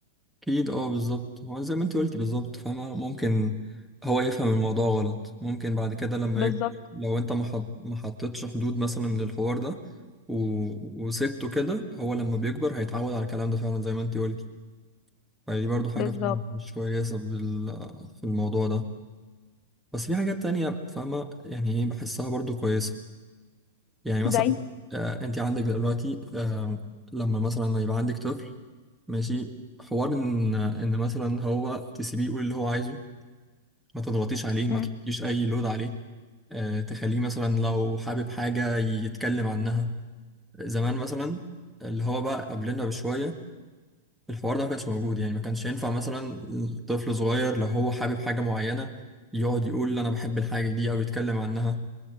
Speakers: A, in the centre; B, on the left.
A: أكيد اه بالظبط هو زي ما انت قلتي بالظبط فاهمة ممكن هو يفهم الموضوع غلط ممكن بعد كده لما
B: بالظبط
A: يكبر لو انت ما حط- ما حطيتش حدود مثلا للحوار ده و... وسبته كده هو لما بيكبر هيتعود على الكلام ده فعلا زي ما انت قلتي فدي برضو حاجة
B: بالظبط
A: فعلا مش كويسة في ال- في الموضوع ده بس في حاجات تانية فاهمة يعني ايه بحسها برضو كويسة يعني مثلا
B: زي
A: آه انت عندك دلوقتي آه لما مثلا يبقى عندك طفل ماشي حوار ان ان مثلا هو تسيبيه يقول اللي هو عايزه ما تضغطيش عليه ما
B: امم
A: تحطيش اي لود عليه آه تخليه مثلا لو حابب حاجة يتكلم عنها زمان مثلا اللي هو بقى قبلنا بشوية الحوار ده ما كانش موجود يعني ما كانش ينفع مثلا طفل صغير لو هو حابب حاجة معينة يقعد يقول انا بحب الحاجة دي او يتكلم عنها